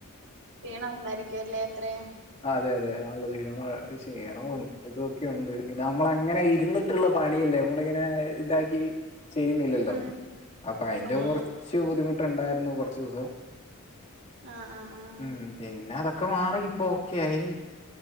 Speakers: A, on the right; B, on the left.
A: ക്ഷീണമുണ്ടായിരിക്ക്യു അല്ലേ അത്രേം
B: ആഹ് അതെ അതെ നല്ല ഷീണം ക്ഷീണവും ഇത് വൊക്കെ ഉണ്ട് പിന്നെ നമ്മളങ്ങെനെ ഇര്ന്ന് ട്ട്ള്ളെ പണിയല്ലേ നമ്മളിങ്ങെനേ ഇതാക്കി ചെയ്യ്ന്നില്ലല്ലോ
A: ഉം
B: അപ്പ അയ്ന്റെ
A: ഓഹ്
B: കാെർച്ച്
A: അങ്ങനെ
B: ബുദ്ധിമുട്ട്ണ്ടായ്ര്ന്നു കാെർച്ചൂസം
A: ആഹ് ആഹ് ആഹ്
B: ഉം പിന്നെ അതൊക്കെ മാറി ഇപ്പൊ ഓക്കെ ആയി